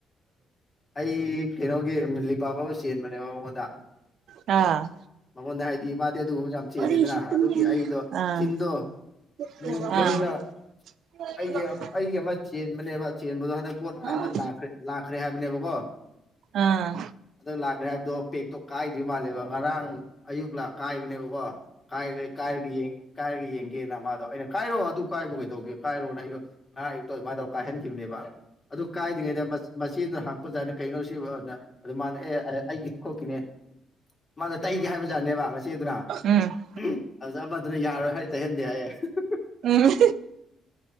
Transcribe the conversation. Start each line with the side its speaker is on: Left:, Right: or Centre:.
Left: ꯑꯩ ꯀꯩꯅꯣꯒꯤ ꯂꯤꯄꯥ ꯐꯥꯎꯕ ꯆꯦꯟꯕꯅꯦꯕ ꯃꯉꯣꯟꯗ
Right: ꯑꯥ
Left: ꯃꯉꯣꯟꯗ ꯍꯥꯏꯗꯤ ꯃꯥꯗꯤ ꯑꯗꯨꯒꯨꯝꯕ ꯌꯥꯝ ꯆꯦꯜꯂꯦꯗꯅ
Right: ꯋꯥꯔꯤꯁꯤ ꯇꯨꯝꯅꯤꯡꯉꯦ
Left: ꯑꯗꯨꯒꯤ ꯑꯩꯗꯣ
Right: ꯑꯥ
Left: ꯆꯤꯟꯗꯣ
Right: ꯑꯥ
Left: ꯃꯨꯕꯅꯤꯅ ꯑꯩꯒꯤ ꯑꯩꯒꯤ ꯑꯃ ꯆꯦꯟꯕꯅꯦꯕ ꯆꯦꯟꯕꯗꯣ ꯍꯟꯗꯛ ꯄꯣꯠ
Right: ꯎꯝ
Left: ꯍꯟꯗꯛ꯭ꯔ ꯂꯥꯛꯈ꯭ꯔꯦ ꯍꯥꯏꯕꯅꯦꯕꯀꯣ
Right: ꯑꯥ
Left: ꯑꯗ ꯂꯥꯛꯈ꯭ꯔꯦ ꯍꯥꯏꯕꯗꯣ ꯄꯦꯛꯇꯣ ꯀꯥꯏꯗ꯭ꯣꯏ ꯃꯥꯜꯂꯦꯕ ꯉꯔꯥꯡ ꯑꯌꯨꯛ ꯂ ꯀꯥꯏꯕꯅꯦꯕꯀꯣ ꯀꯥꯏ ꯀꯥꯏꯔꯒ ꯀꯥꯏꯔꯒ ꯌꯦꯡꯒꯦꯅ ꯃꯥꯗꯣ ꯑꯩꯅ ꯀꯥꯏꯔꯣ ꯑꯗꯨ ꯀꯥꯏꯕ ꯀꯩꯗꯧꯒꯦ ꯀꯥꯏꯔꯣꯅ ꯑꯩꯗꯣ ꯉꯍꯥ ꯑꯌꯨꯛꯇ ꯑꯗꯨꯃꯥꯏꯅ ꯇꯧ ꯀꯥꯏꯍꯟꯈꯤꯕꯅꯦꯕ ꯑꯗꯨ ꯀꯥꯏꯗ꯭ꯔꯤꯉꯩꯗ ꯃꯆꯦꯗꯨꯅ ꯍꯥꯡꯄꯖꯥꯠꯅ ꯀꯩꯅꯣ ꯁꯤꯅ ꯑꯗꯨ ꯃꯥꯅ ꯑꯦ ꯑꯩꯒꯤꯅꯦ ꯈꯣꯠꯀꯤꯅꯦ ꯃꯥꯅ ꯇꯩꯒꯦ ꯍꯥꯏꯕ ꯖꯥꯠꯅꯦꯕ ꯃꯆꯦꯗꯨꯅ
Right: ꯎꯝ
Left: ꯎꯝ ꯑꯗꯨꯗ ꯑꯃꯗꯨꯅ ꯌꯥꯔꯣꯏ ꯍꯥꯏ ꯇꯩꯍꯟꯗꯦ ꯍꯥꯏꯌꯦꯦ
Right: ꯎꯝ